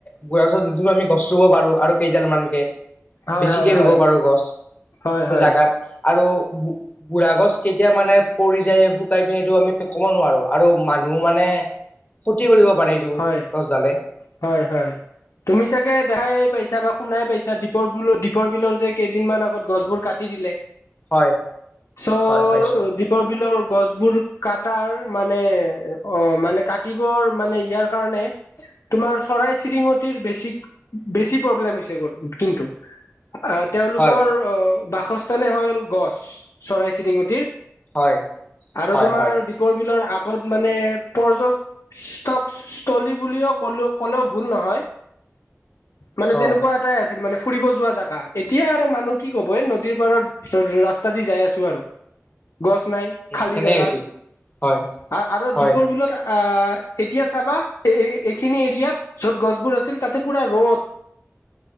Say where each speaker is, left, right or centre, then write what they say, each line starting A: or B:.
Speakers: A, on the left; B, on the left.
A: বুঢ়াৰ পাছত যোনটো আমি গছ ৰুব পাৰো আৰু কেইডালমানকে
B: হয়
A: বেছিকে
B: হয় হয়
A: ৰুব পাৰো গছ
B: হয়
A: সেই
B: হয়
A: জাগাত আৰু বুঢ়া গছ কেতিয়া মানে পৰি যায় শুকাই পিনেটো আমি ক'ব নোৱাৰো আৰু মানুহ মানে ক্ষতি কৰিব। পাৰে এইটো
B: হয়
A: গছডালে
B: হয় হয় তুমি চাগে দেখাই পাইছ পাইছা বা শুনাই পাইছা দীপৰ বিল দ্বীপৰ বিলৰ যে কেইদিনমান আগত গছবোৰ কাটি দিলে।
A: হয়
B: চ
A: হয় পাইছো
B: দীপৰ বিলৰ গছবোৰ কাট মানে অ মানে কাটিবৰ মানে ইয়াৰ কাৰণে তোমাৰ চৰাই চিৰিঙতিৰ বেছি বেছি প্ৰব্লেম হৈছে কিন্তু
A: <unintelligible> <inaudible>
B: তেওঁলোকৰ
A: হয়
B: বাসস্থানে হ'ল গছ চৰাই চিৰিঙুটিৰ
A: হয়
B: আৰু
A: হয়
B: তোমাৰ
A: হয়
B: দীপৰ বিলৰ আগত মানে পৰ্যক কস্থলী বুলিও কলে ক'লেও ভুল নহয়। <unintelligible> মানে
A: অ
B: তেনেকুৱা
A: উম
B: এটাই আছিল মানে। ফুৰিব যোৱা জেগা, এতিয়া আৰু মানুহ কি কব এই নদীৰ পাৰত ৰাস্ত যাই আছো আৰু গছ নাই খালী
A: সেনে
B: জেগা
A: হৈছিল হয়
B: আৰু আৰু
A: হয়
B: দীপৰ বিলত আহ এতিয়া চাবা এইখিনি এৰিয়াত য'ত গছবোৰ আছিল তাতে পুৰা ৰ'দ